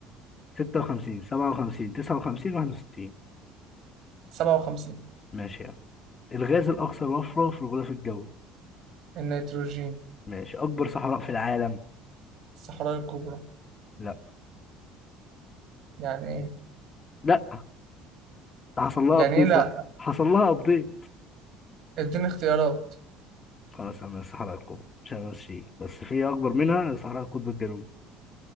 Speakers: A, on the left (about 30°); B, on the right (about 65°).
A: 56 57 59 61
B: سبعة وخمسين
A: ماشي يعني الغاز الأكثر وفرة في الغلاف الجوي
B: النيتروجين
A: ماشي أكبر صحراء في العالم
B: الصحراء الكبرى
A: لا
B: يعني ايه
A: لا حصل لها
B: يعني
A: ابديت
B: ايه لا
A: بقى حصل لها ابديت
B: اديني اختيارات
A: خلاص انا الصحراء القطب مش هنمشي بس في اكبر منها صحراء القطب الجنوبي